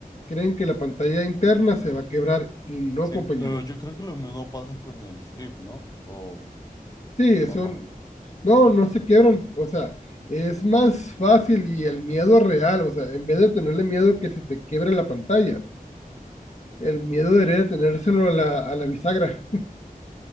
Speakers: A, on the left; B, on the left.
A: creen que la pantalla interna se va a quebrar y no,
B: Sí,
A: compañero.
B: pero yo creo que lo mismo pasa con el flip, ¿no? O,
A: Sí, eso
B: o no.
A: No, no se quiebran, o sea, es más fácil y el miedo real, o sea, en vez de tenerle miedo que se te quiebre la pantalla, el miedo debería de tenérselo a la, a la bisagra.